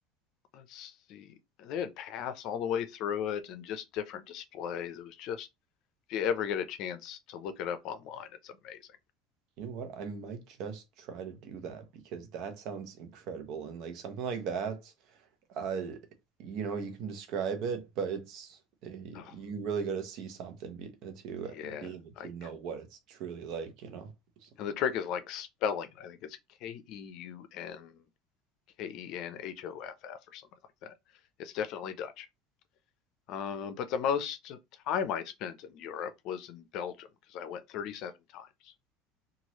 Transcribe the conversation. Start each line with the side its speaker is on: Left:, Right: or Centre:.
Left: let's see, they had paths all the way through it and just different displays. It was just, if you ever get a chance to look it up online, it's amazing.
Right: you know what? I might just try to do that because that sounds incredible and like something like that. Uh, you know, you can describe it, but it's uh,
Left: Oh,
Right: you really got to see something be, to
Left: yeah.
Right: be able
Left: Like,
Right: to know what it's truly like, you know? So.
Left: and the trick is like spelling. it. I think it's K E U N K E N H O F F or something like that. It's definitely Dutch. Uh, but the most time I spent in Europe was in Belgium because I went 37 times.